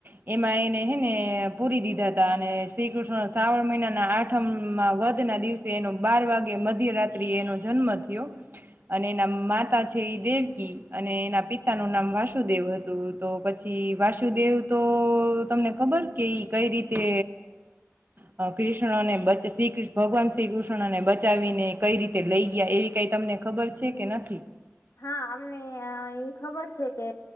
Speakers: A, on the right (about 45°); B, on the left (about 70°).
A: એમાં એને હેને પૂરી દીધા હતા અને શ્રી કૃષ્ણ શ્રાવણ મહિનાના આઠમમાં વધ ના દિવસે એનો બાર વાગે મધ્યરાત્રી એનો જન્મ થયો, અને એના એ દેવકી અને એના પિતા નું નામ વાસુદેવ હતું તો પછી વાસુદેવ તો તમને ખબર કે કઈ રીતે અ કૃષ્ણને શ્રી ભગવાન શ્રી કૃષ્ણને બચાવીને કઈ રીતે લઈ ગયા એવી કઈ તમને ખબર છે કે નથી?
B: હા, અમને એ ખબર છે કે